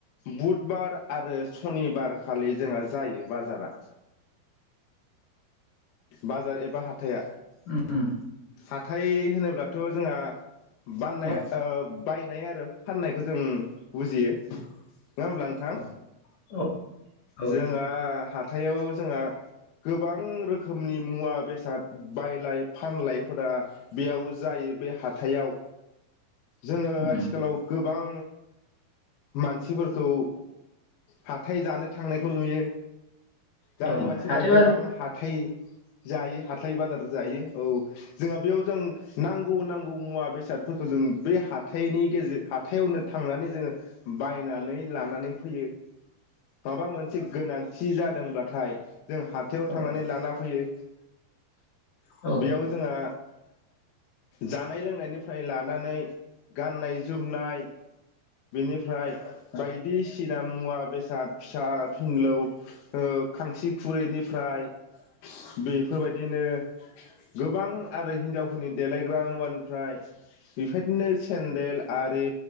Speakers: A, on the left; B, on the left.
A: बुधबार आरो सनिबारखालि जोंहा जायो बाजारा बाजार एबा हाथाया।
B: उम
A: हाथाय होनना बुङोब्लाथ' जोंहा बाननाया
B: अ
A: ओ बायनाय आरो फाननायखौ जों बुजियो। नङा होमब्ला नोंथां?
B: औ औ औ
A: जोंहा आ हाथायाव जोंहा गोबां रोखोमनि मुवा बेसाद बायलाय फानलायफोरा बेयाव जायो। बे हाथायाव जोङो
B: उम
A: आथिखालाव गोबां मानसिफोरखौ हाथाय जानो थांनायखौ नुयो। दानि
B: अ
A: मानसिफोरा
B: हाथाय
A: गोबां
B: बाजार
A: हाथाय जायो हाथाय बाजार जायो। औ जोंहा बेयाव जों नांगौ नांगौ मुवा बेसादफोरखौ जों बे हाथाइनि गेजेर हाथायावनो थांनानै जोङो बायनानै लानानै फैयो। माबा मोनसे गोनांथि जाद दोंब्लाथाय जों हाथायाव थांनानै
B: औ
A: लाना फैयो।
B: औ
A: बेयाव जोंहा जानाय लोंनायनिफ्राय लानानै गाननाय जोमनाय बेनिफ्राय बायदिसिना मुवा बेसाद फिसा फिनलौ ओ खांसि खुरैनिफ्राय बेफोरबायदिनो गोबां आरो हिनजावफोरनि देलायग्रा मुवानिफ्राय बेफायदिनो सेन्देल आरि